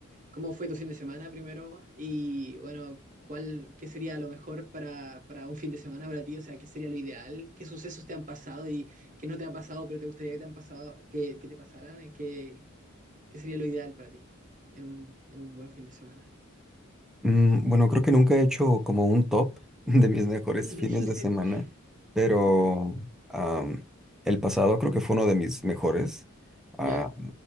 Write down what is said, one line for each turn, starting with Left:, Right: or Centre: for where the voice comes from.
Right: ¿Cómo fue tu fin de semana primero? Y bueno, ¿cuál, qué sería lo mejor para, para un fin de semana para ti? O sea, ¿qué sería lo ideal? ¿Qué sucesos te han pasado y que no te han pasado, pero te gustaría que te han pasado, que, que te pasaran? ¿Y ¿Qué, qué sería lo ideal para ti en un, en un buen fin de semana?
Centre: Mm, Bueno, creo que nunca he hecho como un top <laughs> de mis mejores
Right: <laughs>
Centre: fines de semana, pero
Right: Un poco friki.
Centre: am, el pasado creo que fue uno de mis mejores.
Right: ¿Ya?
Centre: Ah,